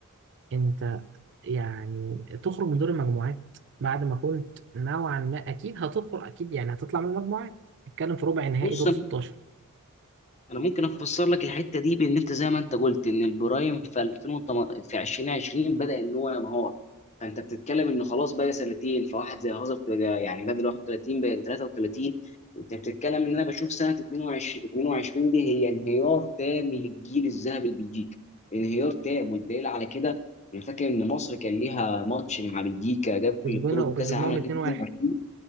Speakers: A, on the right; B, on the left.
A: انت يعني تخرج من دور المجموعات بعد ما كنت نوعا ما اكيد هتخرج اكيد يعني هتطلع من المجموعات تتكلم في ربع نهائي
B: بص
A: دور 16
B: انا ممكن افسر لك الحته دي بان انت زي ما انت قلت ان البرايم في 2018 في 2020 بدا ان هو ينهار فانت بتتكلم ان خلاص بقى سنتين فواحد زي هازارد بقى يعني بدل 31 بقى 33 انت بتتكلم ان انا بشوف سنه 22 22 دي هي انهيار تام للجيل الذهبي البلجيكي انهيار تام والدليل على كده انا فاكر ان مصر كان ليها ماتش مع بلجيكا قبل
A: كسبنا
B: بطوله
A: وكسبناهم
B: كاس العالم 2022
A: 2-1